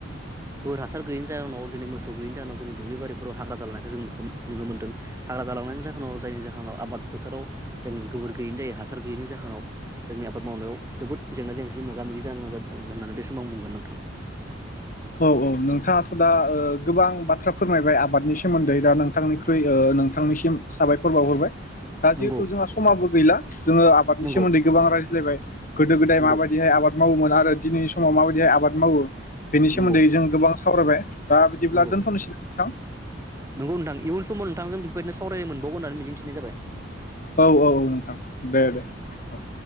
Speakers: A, on the right; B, on the left.
A: गोबोर हासार गैयैनि जाहोनाव दिनै मोसौ गैयैनि जाहोनाव जोंनि दुब्लि बारिफोराव हाग्रा जालांनायखौ जों नुनो मोनदों हाग्रा जालांनायनि जाहोनाव जायनि जाहोनाव आबाद बोथोराव जों गोबोर गैयैनि जायो हासार गैयैनि जाहोनाव जोंनि आबाद मावनायाव जोबोद जेंना जेंसिजों मोगा मोगि जानां होननानै बे समाव आं बुंगोन नोंथां।
B: औ औ नोंथाङाथ दा ओ गोबां बाथ्रा। फोरमायबाय आबादनि सोमोन्दै दा नोंथांनिख्रुइ ओ नोंथांनिसिम साबायखर। बावहरबाय दा
A: नंगौ
B: जिहेतु जोंहा समाबो गैला जोङो आबादनि
A: नंगौ
B: सोमोन्दै गोबां रायज्लायबाय। गोदो गोदाय
A: नंगौ
B: माबायदिहाय आबाद। आबाद मावोमोन आरो दिनैनि समाव माबायदिहाय आबाद मावो। बेनि सोमोन्दै
A: नंगौ
B: जों गोबां। सावरायबाय। दा बिदिब्ला
A: नंगौ
B: दोनथनोसै नोंथां।
A: नंगौ नोंथां इयुन समाव नोंथांजों बेफोरबायदिनो सावराय मोनबावगोन होननानै मिजिंथिनाय जाबाय।
B: औ औ नोंथां दे दे औ।